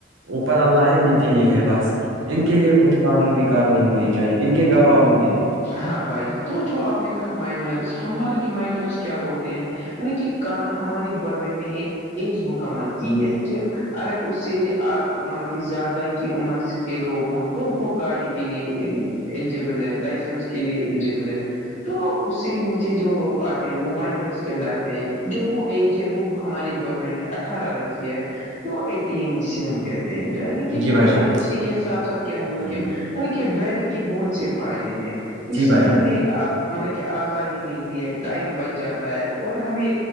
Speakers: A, on the right (about 80°); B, on the left (about 40°).
A: اوپر اللہ ہے نیچے یہ ہے بس ان کے لیے کچھ قانونی کاروائی ہونی چاہیے ان کے گھر والوں کے لیے
B: ہاں بھائی جان تو جو آپ نے کہا مائنرس ہم مان لا کہ مائنرس کیا ہوتے ہیں کہان ہماری گورنمنٹ نے ایک ایج مکمل کی ہے کہ اگر اس سے مطلب کہ زیادہ کی عمر کے لوگ ہوں تو وہ گاڑی کے لیے اللیجبل ہے لائسنس کے لیے ایلیجبل ہے تو اس سے نیچے جو لوگ آتے ہیں وہ مائنرس کہلاتے ہیں جو وہ ایج ہے وہ ہماری گورنمنٹ نے اٹھارہ رکھی ہے تو ایٹین جسے ہم کہتے ہیں ڈرائیونگ کے
A: جی
B: ب
A: بھائی جان
B: اور اسی کے ساتھ ساتھ کہہ دوں
A: ہوں،
B: کہ حلانکہ ڈرائیونگ کے بہت سے فائدے ہیں اس
A: جی بھائی
B: سے ہمیں
A: جان
B: مطلب کہ آزادی ملتی ہے ٹائم بچ جاتا ہے اور ہمیں